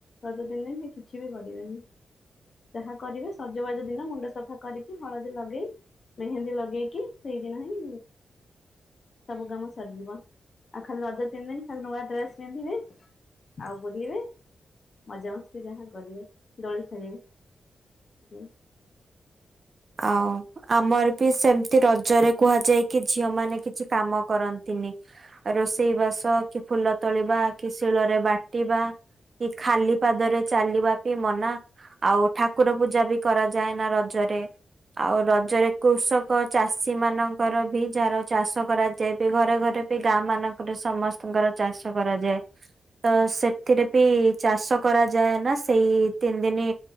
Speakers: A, on the left; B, on the right.
A: ରଜ ତିନି ଦିନ ସେ କିଛି ବି କରିବେନି ଯାହା କରିବେ ସଜବାଜ ଦିନ ମୁଣ୍ଡ ସଫା କରିକି ହଳଦୀ ଲଗେଇ ମେହେନ୍ଦୀ ଲଗେଇକି- ସେଇଦିନ ହିଁ ସବୁ କାମ ସରିଯିବ ଆଉ ଖାଲି ରଜ ତିନି ଦିନ ଖାଲି ନୂଆ ଡ୍ରେସ୍ ପିନ୍ଧିବେ ଆଉ ବୁଲିବେ ମଜା ମସ୍ତି ଯାହା କରିବେ ଦୋଳି ଖେଳିବେ।
B: ଆଉ ଆମର ବି ସେମିତି ରଜରେ କୁହାଯାଏ କି ଝିଅ ମାନେ କିଛି କାମ କରନ୍ତିନି ରୋଷେଇ ବାସ କି ଫୁଲ ତୋଳିବା କି ଶିଳରେ ବାଟିବା କି ଖାଲି ପାଦରେ ଚାଲିବା ବି ମନା ଆଉ ଠାକୁର ପୂଜା ବି କରାଯାଏ ନା ରଜରେ ଆଉ ରଜରେ କୃଷକ ଚାଷୀ ମାନଙ୍କର ବି ଯାହାର ଚାଷ କରାଯାଏ ବି ଘରେ ଘରେ ବି ଗାଁ ମାନଙ୍କରେ ସମସ୍ତଙ୍କର ଚାଷ କରାଯାଏ ତ ସେଥିରେ ବି ଚାଷ କରାଯାଏ ନା ସେଇ ତିନି ଦିନି